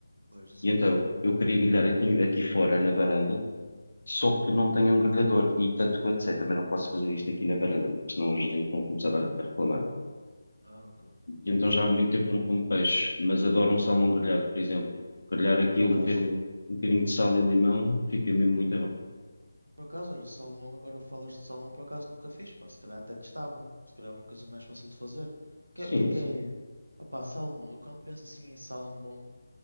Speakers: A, on the right; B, on the left.
A: pois, exato.
B: E então, eu queria grelhar aqui, aqui fora, na varanda, Só que não tenho um grelhador e tanto quanto sei, também não posso fazer isto aqui na varanda, porque senão os vizinhos vão começar a, a reclamar.
A: Ah, ok.
B: E então já há muito tempo não como peixe, mas adoro um salmão grelhado, por exemplo. Grelhar
A: Pá,
B: aquilo,
A: por acaso,
B: meter um, um bocadinho de sal e limão, fica mesmo muito bom.
A: por acaso, olha, salmão, agora falas de salmão, por acaso nunca fiz, pá, se calhar até testava. Se calhar é uma coisa mais fácil de fazer. O que,
B: Sim,
A: que é que
B: sim.
A: é? Opá, salmão, eu quando penso assim em salmão,